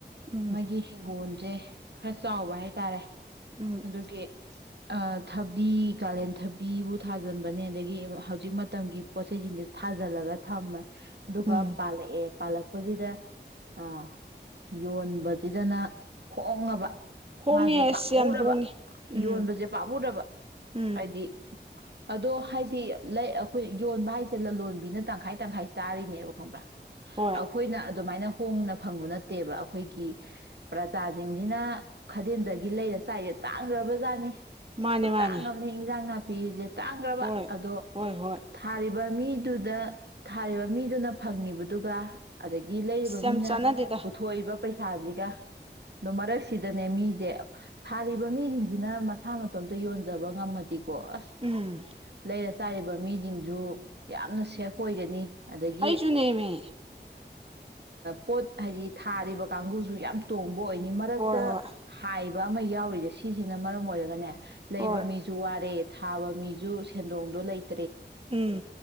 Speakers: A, on the right (about 30°); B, on the right (about 70°).
A: ꯎꯝ
B: ꯃꯥꯒꯤ ꯍꯒꯣꯟ ꯁꯦ ꯈꯔ ꯆꯥꯎꯕ ꯍꯥꯏꯇꯥꯔꯦ
A: ꯎꯝ
B: ꯑꯗꯨꯒꯤ ꯊꯕꯤ ꯀꯥꯂꯦꯟ ꯊꯕꯤꯕꯨ ꯊꯥꯖꯤꯟꯕꯅꯦ ꯑꯗꯒꯤ ꯍꯧꯖꯤꯛ ꯃꯇꯝꯒꯤ ꯄꯣꯠꯆꯩ ꯆꯩꯁꯤꯡꯁꯦ ꯊꯥꯖꯤꯜꯂꯒ ꯊꯝꯃꯦ ꯗꯨꯒꯥꯥꯞ
A: ꯎꯝ
B: ꯄꯥꯜꯂꯛꯑꯦ ꯄꯥꯜꯂꯛꯄꯁꯤꯗ ꯑꯥ ꯌꯣꯟꯕꯁꯤꯗꯅ ꯍꯣꯡꯡꯂꯕ
A: ꯍꯣꯡꯉꯦ
B: ꯃꯥꯁꯦ
A: ꯑꯁ
B: ꯄꯥꯝꯃꯨꯔꯕ
A: ꯌꯥꯝ ꯍꯣꯡꯉꯦ ꯎꯝ
B: ꯌꯣꯟꯕꯁꯦ ꯄꯥꯝꯃꯨꯔꯕ
A: ꯎꯝ
B: ꯍꯥꯏꯗꯤ ꯑꯗꯣ ꯍꯥꯏꯗꯤ ꯂꯩ ꯑꯩꯈꯣꯏ ꯌꯣꯟꯕ ꯍꯥꯏꯁꯦ ꯂꯂꯣꯟꯕꯤꯅ ꯇꯪꯈꯥꯏ ꯇꯪꯈꯥꯏ ꯆꯥꯔꯤꯅꯦꯕ ꯈꯪꯕ꯭ꯔꯥ
A: ꯍꯣꯏ
B: ꯑꯩꯈꯣꯏꯅ ꯑꯗꯨꯃꯥꯏꯅ ꯍꯣꯡꯅ ꯐꯪꯕ ꯅꯠꯇꯦꯕ ꯑꯩꯈꯣꯏꯒꯤ ꯄ꯭ꯔꯖꯥꯁꯤꯡꯁꯤꯅ ꯈꯥꯗꯦꯟꯗꯒꯤ ꯂꯩꯔ ꯆꯥꯏꯔꯦ ꯇꯥꯡꯈ꯭ꯔꯕꯖꯥꯠꯅꯤ
A: ꯃꯥꯅꯦ
B: ꯈꯨꯠꯇꯥꯡ
A: ꯃꯥꯅꯦ
B: ꯑꯃꯅꯦ ꯏꯟꯖꯥꯡ ꯅꯥ ꯄꯤꯖꯦ ꯇꯥꯡꯈ꯭ꯔꯕ
A: ꯍꯣꯏ
B: ꯑꯗꯣ
A: ꯍꯣꯏ ꯍꯣꯏ
B: ꯊꯥꯔꯤꯕ ꯃꯤꯗꯨꯗ ꯊꯥꯔꯤꯕ ꯃꯤꯗꯨꯅ ꯐꯪꯉꯤꯕ ꯑꯗꯨꯒ ꯑꯗꯒꯤ ꯂꯩꯔꯤꯕ
A: ꯑꯁ
B: ꯃꯤꯅ
A: ꯌꯥꯝ ꯆꯥꯟꯅꯗꯦꯗ
B: ꯄꯨꯊꯣꯛꯏꯕ ꯄꯩꯁꯥꯁꯤꯒ ꯑꯗꯣ ꯃꯔꯛꯁꯤꯗꯅꯦ ꯃꯤꯁꯦ ꯊꯥꯔꯤꯕ ꯃꯤꯁꯤꯡꯁꯤꯅ ꯃꯁꯥ ꯃꯇꯣꯝꯇ ꯌꯣꯟꯖꯕ ꯉꯝꯃꯗꯤ ꯀꯣ ꯑꯁ
A: ꯎꯝ
B: ꯂꯩꯔꯁ ꯆꯥꯏꯔꯤꯕ ꯃꯤꯁꯤꯡꯁꯨ ꯌꯥꯝꯅ ꯁꯦꯐ ꯑꯣꯏꯒꯅꯤ ꯑꯗꯒꯤ
A: ꯑꯩꯖꯨꯅꯦꯃꯤ
B: ꯄꯣꯠ ꯍꯥꯏꯗꯤ ꯊꯥꯔꯤꯕ ꯀꯥꯡꯕꯨꯁꯨ ꯌꯥꯝ ꯇꯣꯡꯉꯤ ꯕ ꯑꯣꯏꯅꯤ ꯃꯔꯛꯇ
A: ꯍꯣꯏ ꯍꯣꯏ
B: ꯍꯥꯏ ꯑꯃ ꯌꯥꯎꯔꯤꯁꯦ ꯁꯤꯁꯤꯅ ꯃꯔꯝ ꯑꯣꯏꯔꯒꯅꯦ ꯂꯩꯕ
A: ꯍꯣꯏ
B: ꯃꯤꯁꯨ ꯋꯥꯔꯦ ꯊꯥꯕ ꯃꯤꯁꯨ ꯁꯦꯟꯗꯣꯡꯗꯣ ꯂꯩꯇ
A: ꯎꯝ